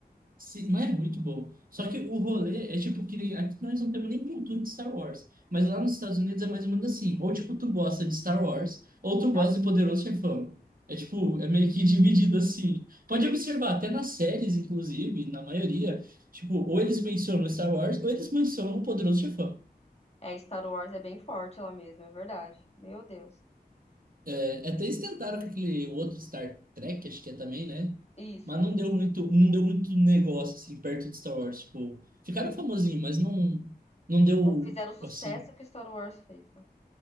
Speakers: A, on the right; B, on the left.
A: Sim, mas é muito bom. Só que o rolê é tipo que nem- aqui nós não temos nem cultura de Star Wars. Mas lá nos Estados Unidos é mais ou menos assim. Ou tipo, tu gosta de Star Wars, ou tu gosta
B: Ah,
A: de Poderoso Chefão. É tipo, é meio que <laughs> dividido assim. Pode observar, até nas séries, inclusive, na maioria, tipo, ou eles mencionam Star Wars, ou eles mencionam o Poderoso Chefão.
B: É, Star Wars é bem forte lá mesmo, é verdade. Meu Deus.
A: É, Até eles tentaram com aquele outro Star Trek, acho que é também, né?
B: Isso.
A: Mas não deu muito, não deu muito negócio, assim, perto de Star Wars. Tipo, ficaram famosinhos, mas não, não deu,
B: Não fizeram o sucesso
A: assim...
B: que Star Wars fez. né?